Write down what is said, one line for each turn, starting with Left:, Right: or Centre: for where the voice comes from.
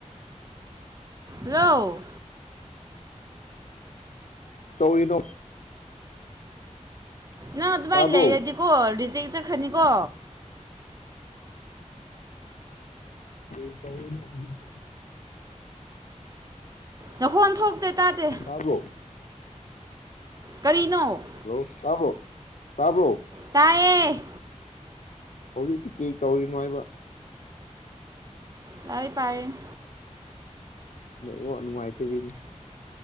Right: ꯍꯜꯂꯣ
Left: ꯇꯧꯔꯤꯅꯣ
Right: ꯅꯪ ꯑꯗꯨꯃꯥꯏꯅ
Left: ꯇꯥꯕ꯭ꯔꯣ
Right: ꯂꯩꯔꯗꯤꯀꯣ ꯔꯤꯖꯦꯛ ꯆꯠꯈ꯭ꯔꯅꯤꯀꯣ
Left: ꯀꯩ ꯇꯧꯔꯤꯅꯣ ꯍꯧꯖꯤꯛ
Right: ꯅꯈꯣꯟ ꯊꯣꯛꯇꯦ ꯇꯥꯗꯦ
Left: ꯇꯥꯕ꯭ꯔꯣ
Right: ꯀꯔꯤꯅꯣ
Left: ꯍꯜꯂꯣ ꯇꯥꯕ꯭ꯔꯣ ꯇꯥꯕ꯭ꯔꯣ
Right: ꯇꯥꯏꯌꯦ
Left: ꯍꯧꯖꯤꯛꯇꯤ ꯀ꯭ꯔꯤ ꯇꯧꯔꯤꯅꯣ ꯍꯥꯏꯕ?
Right: ꯂꯥꯏꯔꯤꯛ ꯄꯥꯔꯤꯅꯤ꯫
Left: ꯅꯦꯠꯋꯥꯛ ꯅꯨꯡꯉꯥꯏꯇꯕꯤꯅꯤ꯫